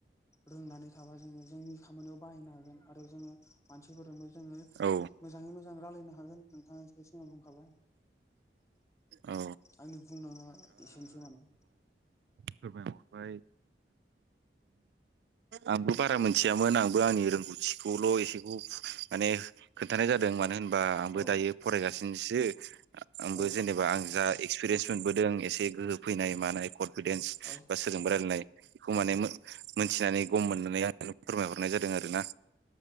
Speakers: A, on the left; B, on the right.
A: रोंनानै थाबा जोङो जोंनि खामानियाव बाहायनो हागोन आरो जोङो मानसिफोरजोंबो जोङो
B: औ
A: मोजाङै मोजां रायलायनो हागोन नोंथां बे सिङाव बुंखाबाय
B: औ
A: आंनि बु बुंनाङा एसेनोसै माने।
B: सोरबाया हरबाय आंबो बारा
A: औ
B: मोनथियामोन आंबो आंनि रोंगौथिखौल' एसेखौ माने खोन्थानाय जादों मानो होनबा आंबो
A: औ
B: दायो फरायगासिनोसो आंबो
A: औ
B: जेनेबा आं जा एक्सपिरियेन्स मोनबोदों एसे गोहो फैनाय मानाय कन फिदेन्स
A: औ
B: बा सोरजोंबा रायलायनाय बेखौ माने मोनथिनानै गम मोननानै आं नाय जादों आरोना